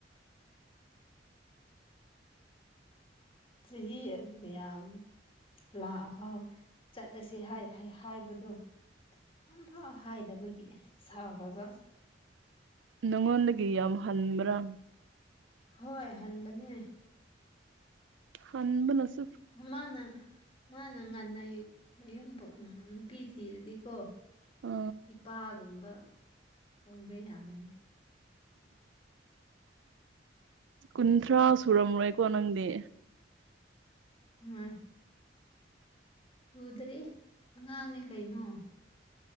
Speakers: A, on the left (about 30°); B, on the right (about 90°).
A: ꯆꯍꯤ ꯑꯅꯤꯌꯥꯝ ꯂꯥꯛꯑꯐꯥꯎ ꯆꯠꯂꯁꯤ ꯍꯥꯏ ꯍꯥꯏꯕꯗꯣ ꯑꯝꯐꯥꯎ ꯍꯥꯏꯗꯕꯒꯤ ꯁꯥꯎꯒ
B: ꯅꯪꯉꯣꯟꯗꯒꯌꯥ ꯃ ꯍꯟꯕ꯭ꯔꯥ
A: ꯍꯣꯏ ꯍꯟꯕꯅꯦ
B: ꯍꯕꯅꯁꯤ
A: ꯃꯥꯅ ꯃꯥꯅ ꯉꯟꯅꯩ ꯃꯌꯨꯝ ꯅꯨꯄꯤ ꯊꯤꯔꯗꯤꯀꯣ
B: ꯑ
A: ꯏꯄꯥꯒꯨꯝꯕ ꯑꯣꯏꯕ ꯌꯥꯒꯅꯤ
B: ꯀꯨꯟꯊ꯭ꯔꯥ ꯁꯨꯔꯝꯔꯣꯏꯀꯣ ꯅꯪꯗꯤ
A: ꯑꯣꯏ ꯁꯨꯗ꯭ꯔꯔꯤ ꯑꯉꯥꯡꯅꯦ ꯀꯩꯅꯣ